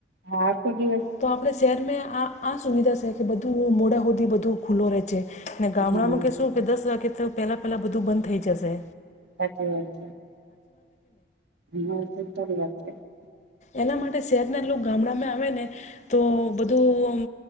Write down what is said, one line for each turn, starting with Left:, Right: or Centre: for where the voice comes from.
Right: હા આકો દિવ
Left: તો આપડણેે શેરમેં, આ આ સુવિધા સે કે બધું મોડે હુદી બધું ખુલ્લો રે છે. ને ગામડામા
Right: હા
Left: કે શું કે દસ વાગે થુ પેલા પેલા બધું બંધ થઈ જસે.
Right: સાચી વાત હે. <unintelligible>
Left: એના માટે શેરના લોક ગામડામાં આવે ને, તો બધું અમ